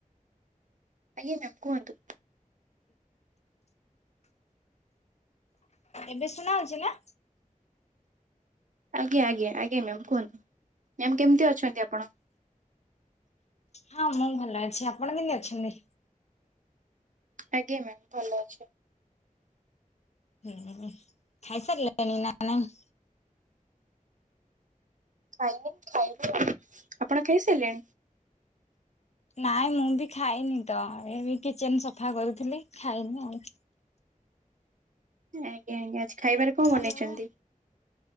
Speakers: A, on the right; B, on the left.
A: ଆଜ୍ଞା ମ୍ୟାମ୍ କୁହନ୍ତୁ?
B: ଏବେ ଶୁଣାଉଛି ନା?
A: ଆଜ୍ଞା ଆଜ୍ଞା ଆଜ୍ଞା୍ ମ୍ୟାମ୍ କୁହନ୍ତୁ ମ୍ୟାମ୍ କେମିତି ଅଛନ୍ତି ଆପ
B: ହଁ ମୁଁ ଭଲ ଅଛି ଆପଣ କେମିତି ଅଛନ୍ତି?
A: ଆଜ୍ଞା ମ୍ୟାମ୍ ଭଲ ଅଛି।
B: ହୁଁ ହୁଁ ଖାଇସାରିଲାଣିି ନା ନାଇ?
A: ଖାଇନି ଖାଇବି ଆଉ ଆପଣ ଖାଇସାଇଲେଣି?
B: ନାଇଁ ମୁଁ ବି ଖାଇନି ତ ଏ କିଚେନ ସଫା କରୁଥିଲି ଖାଇନି ଆଉ।
A: ଆଜ୍ଞା ଆଜ୍ଞା ଆଜି ଖାଇବାରେ କ
B: ଆଉ
A: ବନେଇଛନ୍ତି?